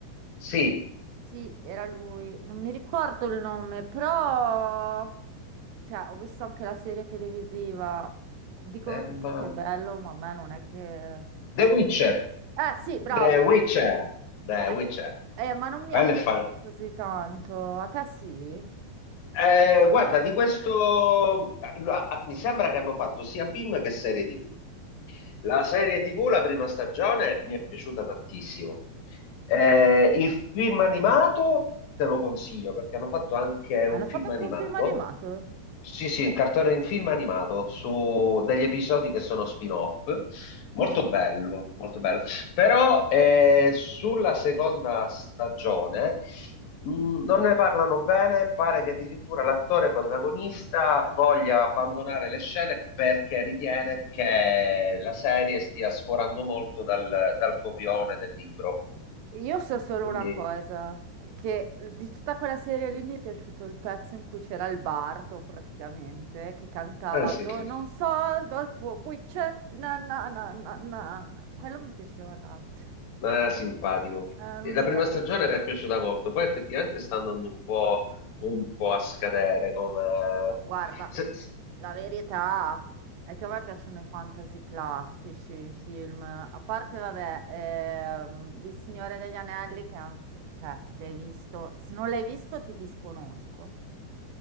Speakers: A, on the left (about 65°); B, on the right (about 85°).
A: Sì,
B: Sì, era lui. Non mi ricordo il nome, però cioè, ho visto anche la serie televisiva. Dicono
A: Eh,
B: tutti
A: ma-
B: che è bello, ma a me non è che...
A: The Witcher,
B: Eh sì, bravo.
A: The Witcher, The
B: Eh,
A: Witcher.
B: eh, ma non mi
A: Quello
B: ha colpito
A: è fan-
B: così tanto. A te sì?
A: Eh, guarda, di questo ah, ah, mi sembra che hanno fatto sia film che serie TV. La serie TV, la prima stagione, mi è piaciuta tantissimo. Eh, il film animato te lo consiglio perché hanno fatto anche un
B: Hanno
A: film
B: fatto anche
A: animato.
B: un film animato?
A: Sì, sì, un cartone in film animato su degli episodi che sono spin-off. Molto
B: Ah.
A: bello, molto bello. Però eh, sulla seconda stagione mh, non ne parlano bene, pare che addirittura l'attore protagonista voglia abbandonare le scene perché ritiene che la serie stia sforando molto dal, dal copione del libro.
B: Io so solo
A: Quindi,
B: una cosa, che di tutta quella serie lì mi è piaciuto il pezzo in cui c'era il bardo praticamente, che cantava
A: eh, sì,
B: Dono
A: sì,
B: un soldo al tuo Witcher, na na na na na. na". Quello mi piaceva tanto,
A: non era simpatico.
B: è
A: E
B: l'unica
A: La prima
B: cosa.
A: stagione mi è piaciuta molto, poi effettivamente sta andando un po', un po' a scadere come...
B: No, guarda,
A: se-
B: la,
A: se-
B: la verità è che a me piacciono i fantasy classici, i film, a parte, vabbè, ehm, Il Signore degli Anelli, che è un- cioè, se l'hai visto, se non l'hai visto ti disconosco.